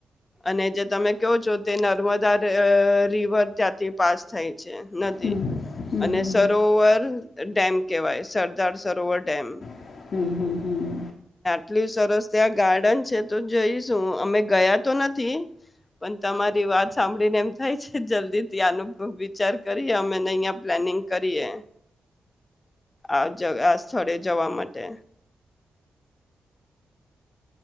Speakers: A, on the left (about 20°); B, on the left (about 55°).
A: અને જે તમે કહો છો તે નર્મદા અહ રિવર ત્યાંથી પાસ થઈ નદી
B: હમ હમ હમ
A: અને
B: હમ
A: સરોવર ડેમ કેવાય સરદાર સરોવર ડેમ.
B: <inaudible>
A: એટલું સરસ ત્યાં ગાર્ડન છે તો જોઈશું. અમે ગયા તો નથી, પણ તમારી વાત સાંભળીને એમ થાય છે, જલ્દી થી આનું વિચાર કરીએ અમે અહિયાં પ્લાનિંગ કરીએ. આજ આ સ્થળે જવા માટે.